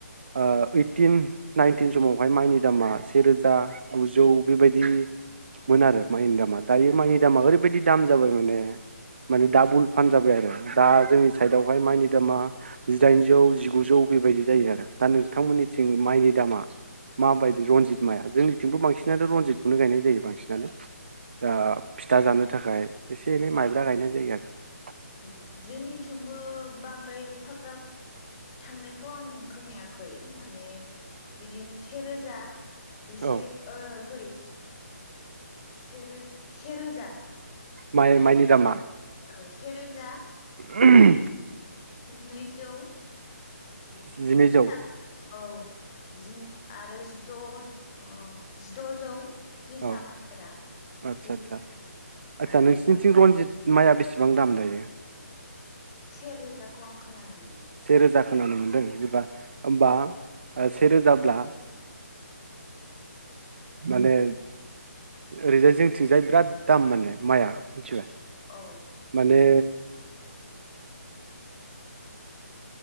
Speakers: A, on the right; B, on the left.
A: ओ ओइटिन नाइनटिन समावहाय माइनि दामा सेे रोजा गुजौ बेबायदिमोन आरो माइनि दामा दायो माइनि दामा ओरैबायाददि दाम जाबाय माने माने दाबल फान जाबाय आरो। दा जोंनि साइडआवहाय माइनि दामा जिदाइनजौ जिगुजौ बेबायदि जायो आरो दा नोंथांमोननिथिं माइनि दामा माबायदि रनजित माया जोंनि थिंबो बांसिनानो रनजितखौनो गायनाय जायो बांसिनानो दा फिथा जानो थाखाय एसे एनै माइब्रा गायनाय जायो आरो।
B: ओम जोंनिथिंबो बांद्राय बे फाग्राब थांनायखौ आं खोनायाखै माने बिदिनो सेेरोजा जिसे
A: औ
B: ओ सरि सेे रो सेेरोजा
A: माइ माइनि दामा?
B: औ सेेरोजा
A: ओहोम।
B: जिनैजौ बिदिनो <unintelligible>
A: जिनैजौ
B: औ जिनि आरो जिन द' ओ जिद'जौ जोसा
A: औ
B: माइफोरा
A: आदसा
B: बेफोरबायदि
A: आदसा आदसा
B: आरो
A: नोंसिनिथिं
B: जोहा
A: रनजित माइआ बेसेबां दाम दायो?
B: से रोजाखौ आं खोनानो मोन
A: से रोजा खोनानो मोनदों जबा होमबा से रोजाब्ला माने ओरैजाय जिंथिंजाय बिराद दाम माने माइआ। मिथिबाय
B: औ
A: माने
B: <inaudible>